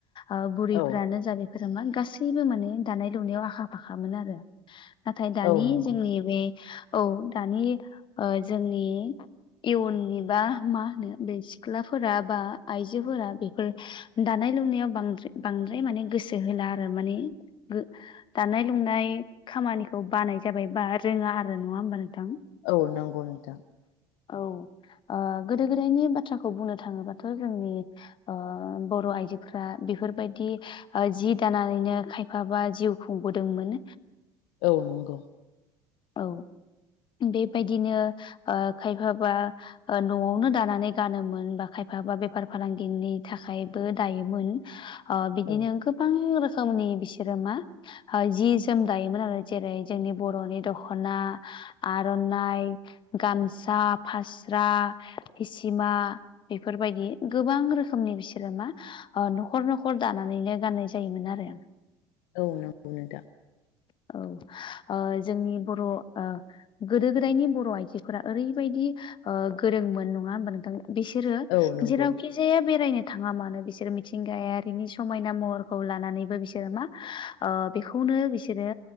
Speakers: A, on the left; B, on the left.
A: ओ बुरैफ्रानो
B: औ
A: जा बे गोदो मा गासैबो माने दानाय लुनायाव आखा फाखामोनो आरो। नाथाय दानि
B: औ नंगौ
A: जोंनि बे औ दानि ओ जोंनि इयुननि बा मा होनो बे सिख्लाफोरा बा आइजोफोरा बेफोर दानाय लुनायाव बांद्रा बांद्राय माने गोसो होला आरो माने गो दानाय लुनाय खामानिखौ बानाय जाबाय बा रोङा आरो नङा होमबा नोंथां।
B: औ नंगौ नोंथां।
A: औ ओ गोदो गोदायनि बाथ्राखौ बुंनो थाङोबाथ' जोंनि ओ बर' आइजोफोरा बेफोरबायदि। ओ जि दानानैनो खायफाबा जिउ खुंबोदोंमोन।
B: औ नंगौ।
A: औ बेबायदिनो ओ खायफा बा ओ न'आवनो दानानै गानोमोन बा खायफा बा बेफार फालांगिनि थाखायबो दायोमोन। ओ बिदिनो
B: औ
A: गोबां रोखोमनि बिसोरो मा ओ जि जोम दायोमोन आरो जेरै जोंनि बर'नि दख'ना आर नाय गामसा फास्रा इसिमा बेफोरबायदि गोबां रोखोमनि बिसोरो मा ओ न'खर न'खर दानानैनो गाननाय जायोमोन आरो।
B: औ नंगौ नोंथां।
A: औ ओ जोंनि बर' ओ - गोदो गोदायनि बर' आइजोफोरा ओरैबायदि ओ गोरोंमोन नङा होनबा नोंथां मो! बिसोरो
B: औ नंगौ
A: जेरावखि - जे बेरायनो थाङा मानो बिसोरो मिथिंगायारिनि समायना महरखौ लानानैबो बिसोरो मा - ओ बेखौनो बिसोरो